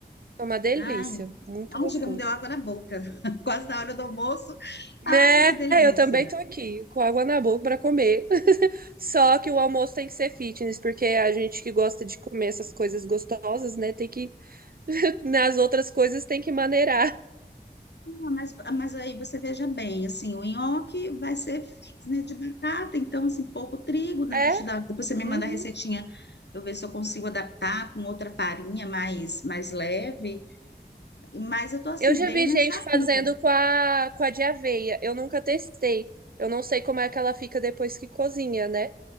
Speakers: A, on the right; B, on the left.
A: É uma delícia,
B: Ai,
A: muito
B: não,
A: gostoso.
B: chega, me deu água na boca. <laughs> Quase na hora do almoço.
A: Né,
B: Ai, que delícia.
A: eu também tô aqui com água na boca para comer. <laughs> Só que o almoço tem que ser fitness, porque a gente que gosta de comer essas coisas gostosas, né, tem que Nas outras coisas tem que maneirar.
B: Ah, Mas, ah, mas aí você veja bem, assim, o nhoque vai ser né, de batata, então, assim, pouco trigo, né,
A: É?
B: a gente dá, depois você me manda
A: Uhum.
B: a receitinha, eu ver se eu consigo adaptar com outra farinha mais, mais leve, mas eu tô, assim,
A: Eu já
B: bem
A: vi
B: nessa
A: gente fazendo
B: onda,
A: com a, com a de aveia. Eu nunca testei. Eu não sei como é que ela fica depois que cozinha, né?